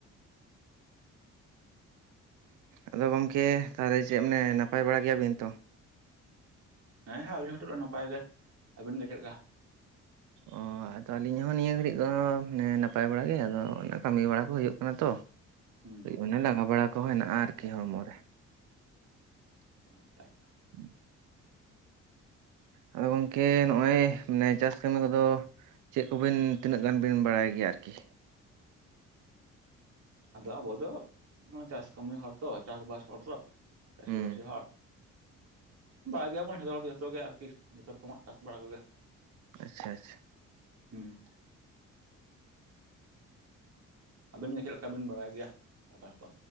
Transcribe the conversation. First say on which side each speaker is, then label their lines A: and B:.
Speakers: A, on the right (about 80°); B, on the right (about 55°).
A: ᱟᱫᱚ ᱜᱚᱝᱠᱮ ᱛᱟᱦᱚᱞᱮ ᱪᱮᱫ ᱢᱟᱱᱮ, ᱱᱟᱯᱟᱭ ᱵᱟᱲᱟ ᱜᱮᱭᱟᱵᱤᱱ ᱛᱚ?
B: ᱦᱮᱸ ᱦᱮᱸ ᱟᱞᱤᱦᱚ ᱛᱚᱵᱮ ᱫᱚ ᱱᱟᱯᱟᱭ ᱜᱮ ᱟᱹᱵᱤᱱ ᱜᱮ ᱪᱮᱫ ᱞᱮᱠᱟ?
A: ᱚ ᱟᱫᱚ ᱟᱹᱞᱤᱧ ᱦᱚᱸ ᱱᱤᱭᱟᱹ ᱜᱷᱟᱹᱲᱤᱡ ᱫᱚ, ᱢᱟᱱᱮ ᱱᱟᱯᱟᱭ ᱵᱟᱲᱟ ᱜᱮ ᱟᱫᱚ, ᱠᱟᱹᱢᱤ ᱵᱟᱲᱟ ᱠᱚ ᱦᱳᱭᱳᱜ ᱠᱟᱱᱟ ᱛᱚ᱾
B: ᱦᱩᱸ
A: ᱚᱱᱮ ᱞᱟᱸᱜᱟ ᱵᱟᱲᱟ ᱠᱚ, ᱦᱮᱱᱟᱜᱼᱟ ᱟᱨᱠᱤ ᱦᱚᱲᱢᱚ ᱨᱮ᱾
B: <unintelligible> <unintelligible>
A: <inaudible>
B: ᱱᱟᱯᱟᱭ ᱜᱮ᱾
A: ᱟᱫᱚ ᱜᱚᱝᱠᱮ ᱱᱚᱜᱼᱚᱭ ᱱᱮ, ᱪᱟᱥ ᱠᱟᱹᱢᱤ ᱠᱚᱫᱚ ᱪᱮᱫ ᱠᱚᱵᱩᱱ ᱛᱤᱱᱟᱹᱜ ᱜᱟᱱ ᱵᱤᱱ, ᱵᱟᱲᱟᱭ ᱜᱮᱭᱟ ᱟᱨᱠᱤ?
B: ᱟᱫᱚ ᱟᱵᱚ ᱫᱚ, ᱢᱟᱱᱮ ᱪᱟᱥ ᱠᱟᱹᱢᱤ ᱦᱚᱲ ᱛᱚ ᱪᱟᱥ ᱵᱟᱥ ᱦᱚᱲ ᱛᱚ, ᱪᱟᱹᱥᱤ
A: ᱦᱩᱸ
B: ᱵᱟᱹᱥᱤ ᱦᱚᱲ᱾ ᱵᱟᱲᱟᱭ ᱜᱮᱭᱟᱵᱚᱱ ᱡᱚᱛᱚ ᱦᱚᱲ ᱡᱚᱛᱚ ᱜᱮ ᱟᱨᱠᱤ ᱡᱚᱛᱚ ᱨᱚᱠᱚᱢᱟᱜ ᱪᱟᱥ ᱵᱟᱲᱟ ᱠᱚᱜᱮ᱾
A: ᱟᱪᱪᱷᱟ, ᱟᱪᱪᱷᱟ᱾
B: ᱦᱩᱸ, ᱟᱵᱮᱱ ᱜᱮ ᱪᱮᱫ ᱞᱮᱠᱟ ᱵᱮᱱ, ᱵᱟᱲᱟᱭ ᱜᱮᱭᱟ ᱪᱟᱥ ᱵᱟᱥ ᱠᱚ?